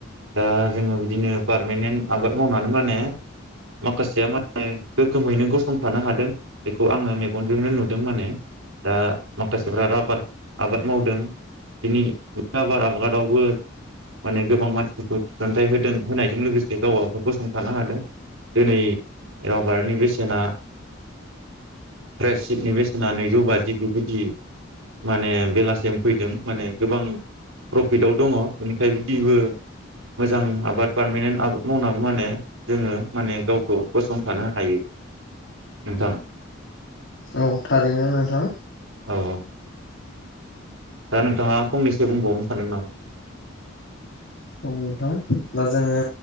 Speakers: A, on the right; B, on the left.
A: दा जोङो बिदिनो पारमानेन्ट आबाद मावनानै माने माखासेया माने गोगोमैनो गसंथानो हादों बेखौ आङो मेगनजोंनो नुदों माने दा माखासेफ्रा राबार आबाद मावदों बिनि राबार आबादावबो माने गोबां मानसिफोरखौ थिसनथाइ होदों होनायजों लोगोसे गावआबो गसंथानो हादों दिनै राबारनि बेसेना फ्रेसिटनि बेसेना नैजौ बाजि बेबायदि माने बेलासिम फैदों माने गोबां प्रफिटआव दङ बेनिखाय बिदिबो मोजां आबाद पारमानेन्ट आबाद मावनाबो माने जोङो माने गावखौ गसंथानो हायो नोंथां
B: औ थारैनो नोंथां
A: औ औ दा नोंथाङा फंनैसो बुंबावनो सानदों नामा?
B: औ नोंथां दा जोङो